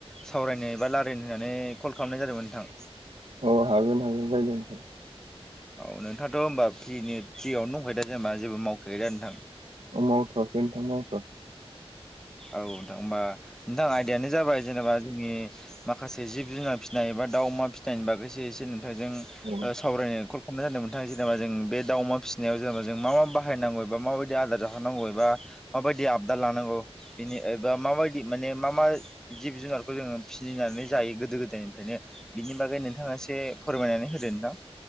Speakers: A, in the centre; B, on the right.
A: सावरायनो बा रायल्लायनो होननानै कल खालामनाय जादोंमोन नोंथां
B: अ हागोन हागोन रायलायनोखै
A: औ नोंथाङाथ' होनबा फ्रियावनो दंखायो दा जेनेबा जेबो मावखायाखै दा नोंथां
B: अ मावख'वाखै नोंथां मावथवाखै
A: औ नोंथां होमबा नोंथां आयदायानो जाबाय जेनेबा जोंनि माखासे जिब जुनार फिसिनाय एबा दा अमा फिसिनायनि बागैसो एसे नोंथांजों
B: औ
A: सावरायनो कल खालाम जादोंमोनाङ जेनेबा जों बे दाउ अमा फसिनायाव जेनेबा जों मा मा बायांगौ एबा माबायदि आदार जाहानांगौ एबा माबायदि आबदार लानांगौ बिनि एबा माबायदि माने मा मा जिब जुनारखौ जोङो फिनिनानै जायो गोदो गोदायनिफ्रायनो बिनि बागै नोंथाङा एसे फोरमायनानै होदो नोंथां